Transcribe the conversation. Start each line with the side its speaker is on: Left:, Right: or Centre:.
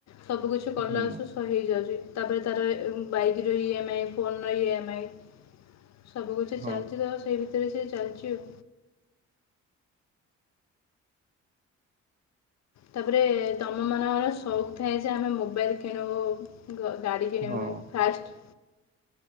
Left: ସବୁ କିଛି କଲା
Right: ହୁଁ
Left: ବେଳକୁ ହେଇଯାଉଛି ତାପରେ ତାର ବାଇକିର ଇମ ଆଇ ଫୋନ୍ ର ଇମ ଆଇ ସବୁ କିଛି
Right: ହଁ
Left: ଚାଲିଛି ତ ସେଇ ଭିତରେ ସେ ଚାଲିଛି ଆଉ ତାପରେ ତମ ମାନଙ୍କର ସଉକ୍ ଥାଏ ଯେ ଆମେ ମୋବାଇଲି କିଣିବୁ। ଗ ଗାଡି କିଣିବା
Right: ହଁ
Left: ପାଇଁ ଫାଷ୍ଟେ